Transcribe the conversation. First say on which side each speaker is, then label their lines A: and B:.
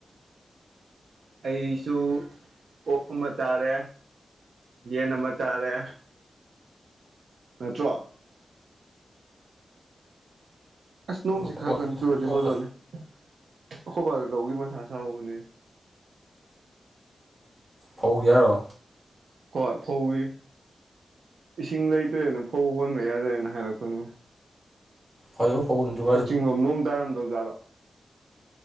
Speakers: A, on the right; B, on the right.
A: ꯑꯩꯁꯨ ꯑꯣꯛ ꯑꯃ ꯆꯥꯔꯦ ꯌꯦꯟ ꯑꯃ ꯆꯥꯔꯦ ꯅꯠꯇ꯭ꯔꯣ ꯑꯁ ꯅꯣꯡꯁꯤ
B: ꯑꯣꯛ
A: ꯈꯔ ꯀꯟꯅ ꯆꯨꯔꯗꯤ
B: ꯑꯣꯛ
A: ꯐꯗꯧꯅꯦ ꯑꯩꯈꯣꯏ ꯕꯥꯗꯣ ꯂꯧꯒꯤ ꯃꯊꯥ ꯁꯥꯍꯧꯕꯅꯦ
B: ꯐꯧꯒꯤ ꯍꯥꯏꯔꯣ
A: ꯍꯣꯏ ꯐꯧꯒꯤ ꯏꯁꯤꯡ ꯂꯩꯇ꯭ꯔꯦꯅ ꯐꯧ ꯍꯣꯟꯕ ꯌꯥꯗ꯭ꯔꯦꯅ ꯍꯥꯏꯔꯛꯄꯅꯤ
B: ꯍꯧꯖꯤꯛꯐꯥꯎ ꯐꯧ ꯍꯨꯟꯗ꯭ꯔꯤ
A: ꯀꯛꯆꯤꯡꯡꯂꯣꯝ ꯅꯣꯡ ꯇꯥꯔꯝꯗꯧꯖꯥꯠꯂꯣ